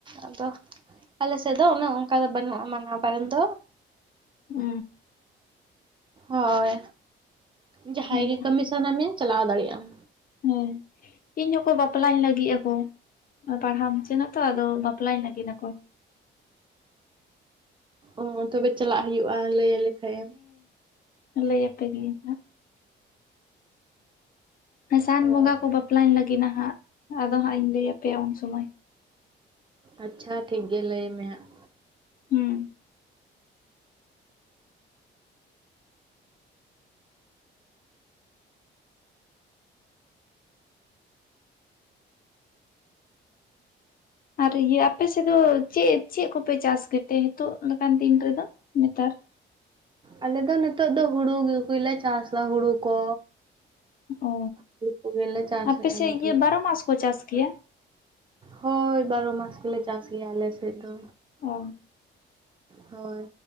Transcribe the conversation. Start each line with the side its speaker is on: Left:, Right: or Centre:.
Right: ᱟᱫᱚ ᱟᱞᱮ ᱥᱮᱫ ᱫᱚ ᱩᱱᱟᱹᱜ ᱚᱱᱠᱟ ᱫᱚ ᱵᱟᱹᱱᱩᱜᱼᱟ ᱢᱟᱱᱟ ᱵᱟᱨᱚᱱ ᱫᱚ
Left: ᱚ
Right: ᱦᱳᱭ ᱡᱟᱦᱟᱸᱭ
Left: ᱦᱮᱸᱛᱚ
Right: ᱜᱮ ᱠᱟᱹᱢᱤ ᱥᱟᱱᱟ ᱢᱮᱭᱟ ᱪᱟᱞᱟᱣ ᱫᱟᱲᱮᱭᱟᱜ ᱟᱢ
Left: ᱦᱮᱸ ᱤᱧ ᱦᱚᱸᱠᱚ ᱵᱟᱯᱞᱟᱧ ᱞᱟᱹᱜᱤᱫ ᱟᱠᱚ ᱯᱟᱲᱦᱟᱣ ᱢᱩᱪᱟᱹᱫᱚᱜ ᱛᱚ ᱟᱫᱚ ᱵᱟᱯᱞᱟᱧ ᱞᱟᱜᱤᱫ ᱟᱠᱚ ᱟᱫᱚ
Right: ᱚ ᱛᱚᱵᱮ ᱪᱟᱞᱟᱜ ᱦᱩᱭᱩᱜᱼᱟ ᱞᱟᱹᱭ ᱟᱞᱮ ᱠᱷᱟᱡ ᱮᱢ
Left: ᱞᱟᱹᱭᱟᱯᱮ ᱜᱤᱭᱟᱹᱧ ᱦᱟᱸᱜ ᱥᱟᱱ
Right: ᱦᱳᱭ
Left: ᱵᱚᱸᱜᱟ ᱠᱚ ᱵᱟᱯᱞᱟᱧ ᱞᱟᱹᱜᱤᱫ-ᱟ ᱦᱟᱸᱜ ᱟᱫᱚ ᱦᱟᱸᱜ ᱤᱧ ᱞᱟᱹᱭ ᱟᱯᱮᱭᱟ ᱩᱱ ᱥᱚᱢᱚᱭ᱾
Right: ᱟᱪᱪᱷᱟ ᱴᱷᱤᱠ ᱜᱮ ᱞᱟᱹᱭ ᱢᱮ ᱦᱟᱸᱜ᱾
Left: ᱦᱩᱸ ᱟᱨ ᱤᱭᱟᱹ ᱟᱯ ᱥᱮᱫ ᱫᱚ ᱪᱮᱫ ᱪᱮᱫ ᱠᱚᱯᱮ ᱪᱟᱥ ᱜᱮᱛᱮ ᱦᱤᱛᱚᱜ ᱞᱮᱠᱟᱱ ᱫᱤᱱ ᱨᱮᱫᱚ ᱱᱮᱛᱟᱨ?
Right: ᱟᱞᱮ ᱫᱚ ᱱᱤᱛᱚᱜ ᱫᱚ ᱦᱩᱲᱩᱠᱚᱜᱮᱞᱮ ᱪᱟᱥᱟ ᱦᱩᱲᱩ ᱠᱚ᱾
Left: ᱚ
Right: ᱦᱩᱲᱩ ᱠᱚᱜᱮᱞᱮ ᱪᱟᱥᱮᱼᱟ
Left: ᱟᱯᱮ
Right: ᱮᱸ
Left: ᱥᱮᱫ
Right: ᱱᱤᱛᱚᱜ᱾
Left: ᱤᱭᱟᱹ ᱵᱟᱨᱚ ᱢᱟᱥ ᱠᱚ ᱪᱟᱥ ᱜᱮᱭᱟ?
Right: ᱦᱳᱭ ᱵᱟᱨᱚ ᱢᱟᱥ ᱜᱮᱞᱮ ᱪᱟᱥ ᱜᱮᱭᱟ ᱟᱞᱮ ᱥᱮᱫ ᱫᱚ᱾
Left: ᱚ
Right: ᱦᱳᱭ